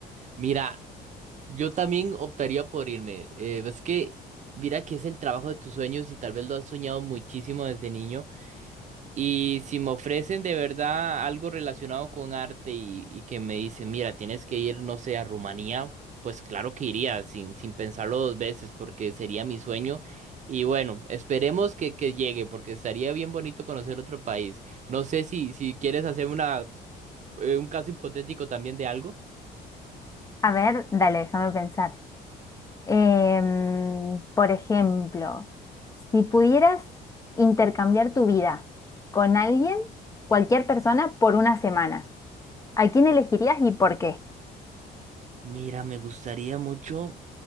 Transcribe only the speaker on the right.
Mira. Yo también optaría por irme. Eh, es que, mira que es el trabajo de tus sueños y tal vez lo has soñado muchísimo desde niño. Y si me ofrecen de verdad algo relacionado con arte y, y que me dicen, mira, tienes que ir, no sé, a Rumanía, pues claro que iría sin, sin pensarlo dos veces porque sería mi sueño. Y bueno, esperemos que, que llegue porque estaría bien bonito conocer otro país. No sé si, si quieres hacer una, eh, un caso hipotético también de algo.
Mira, me gustaría mucho,